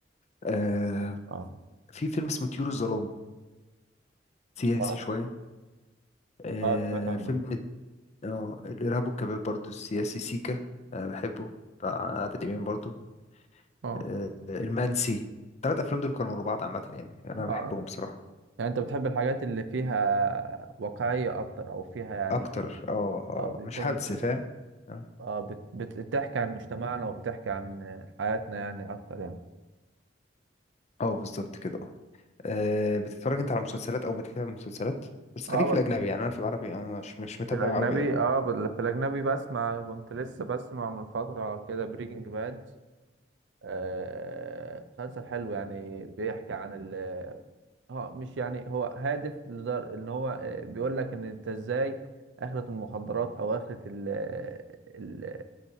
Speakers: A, on the left; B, on the right.
A: آه
B: اه
A: في فيلم اسمه طيور الظلام سياسي
B: اه
A: شويه آه
B: آه، سمعت عنه
A: فيلم اه الارهاب والكباب برضو السياسي سيكا آه بحبه بتاع عادل امام برضو
B: اه
A: آه المنسي ثلاث افلام دول كانوا ورا بعض عامه يعني انا
B: اه
A: بحبهم بصراحه
B: يعني انت بتحب الحاجات اللي فيها واقعية اكتر او فيها يعني
A: اكتر اه اه
B: اه بيكون
A: مش هلس
B: بت...
A: فاهم اه
B: اه بت... بت... بتحكي عن مجتمعنا وبتحكي عن حياتنا يعني اكتر يعني
A: آه، بالظبط كده اه آه، بتتفرج انت على مسلسلات او متابع مسلسلات بس
B: اه
A: خليك
B: بس
A: في الاجنبي يعني انا في العربي أو مش مش متابع
B: في الأجنبي
A: عربي قوي
B: اه بال- في الأجنبي بسمع كنت لسه بسمع من فترة كده بريكنج باد آه، مسلسل حلو يعني بيحكي عن ال اه مش يعني هو هادف لدر ان هو آه، بيقول لك ان انت ازاي اخرة المخدرات او اخرة ال ال